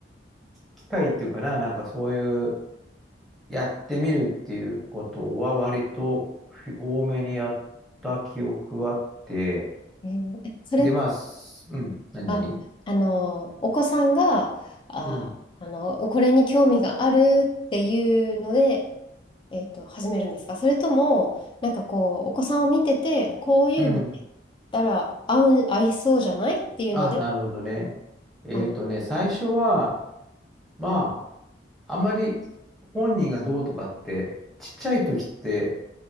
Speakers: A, in the centre; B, on the left.
A: 機会っていうかな、なんかそういうやってみるっていうことは割と多めにやった記憶はあって、
B: ん。えーえそれ、
A: で、まあ、すうん、何々
B: あ、あの、お子さんが、あ、
A: うん。
B: あの、これに興味があるっていうので、えっと、始めるんですかそれとも、なんかこう、お子さんを見てて、こういうのやったら合う、
A: うん
B: 合いそうじゃないっていうので、
A: あ、なるほどね。えっとね、
B: あの、
A: 最初は、まあ、あんまり本人がどうとかって、ちっちゃい時って